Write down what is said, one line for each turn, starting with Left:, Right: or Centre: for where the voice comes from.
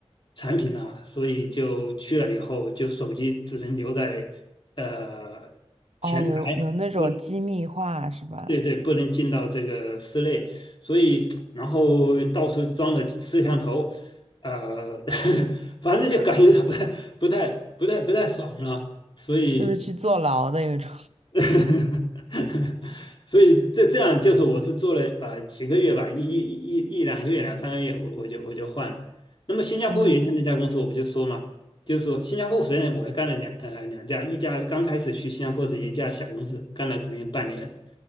Left: 产品呐、所以就去了以后，就手机只能留在呃前台。
Right: 哦，有有那种机密化是吧？
Left: 不对对，不能进到这个室内，所以然后到处装了摄像头，呃，<laughs> 反正就感觉到不太、不太、不太、不太爽了，所以，
Right: 就是去坐牢的有种，
Left: <laughs> 所以这这样就是我是做了呃几个月吧，一、一、一、一、两个月、两三个月，我我就我就换了。那么新加坡原先那家公司我不就说嘛，
Right: <laughs> 嗯
Left: 就是说新加坡虽然我也干了两呃两家，一家刚开始去新加坡是一家小公司，干了可能有半年。